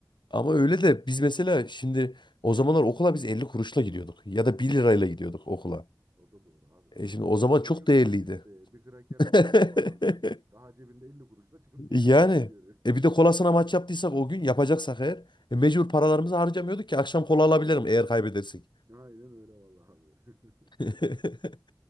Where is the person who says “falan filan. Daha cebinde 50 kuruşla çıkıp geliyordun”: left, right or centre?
Right